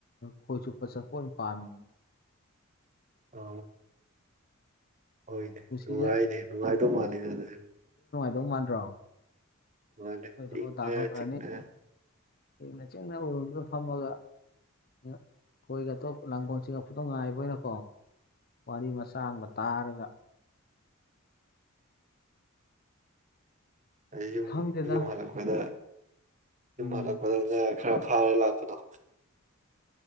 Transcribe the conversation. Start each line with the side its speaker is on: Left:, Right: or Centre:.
Left: ꯈꯣꯏ ꯆꯨꯞꯄꯁ ꯀꯣꯏꯅ ꯄꯥꯝꯃꯤꯅꯦ
Right: ꯑ ꯍꯣꯏꯅꯦ
Left: ꯄꯨꯟꯁꯤꯁꯦ
Right: ꯅꯨꯡꯉꯥꯏꯅꯦ ꯅꯨꯡꯉꯥꯏꯗꯧ ꯃꯥꯜꯂ ꯑꯗꯨꯅꯦ
Left: ꯣꯡ ꯃꯥꯟ꯭ꯔꯣ
Right: ꯃꯥꯅꯦ
Left: ꯃꯣꯏ ꯊꯕ
Right: ꯏꯪꯅ
Left: ꯇꯥꯊꯣꯛꯈ꯭ꯔꯅꯤꯅ
Right: ꯆꯤꯛꯅ
Left: ꯆꯤꯡꯅ ꯎꯔꯗꯨ ꯐꯝꯃꯒ ꯑꯩꯈꯣꯏꯒ ꯑꯇꯣꯞ ꯂꯥꯡꯒꯣꯜꯁꯤꯒ ꯐꯨꯗꯧ ꯉꯥꯏꯏꯕꯣꯏꯅꯀꯣ ꯋꯥꯔꯤ ꯃꯁꯥꯡꯕ ꯇꯥꯔꯒ
Right: ꯌꯨꯝ
Left: ꯈꯪꯗꯦꯗ
Right: ꯌꯨꯝ ꯑ ꯈꯗꯥ ꯌꯨꯝ
Left: ꯎꯝ
Right: ꯍꯜꯂꯛꯄꯗ ꯉ ꯈꯔ ꯐꯥꯔꯦ ꯂꯥꯛꯄꯗꯣ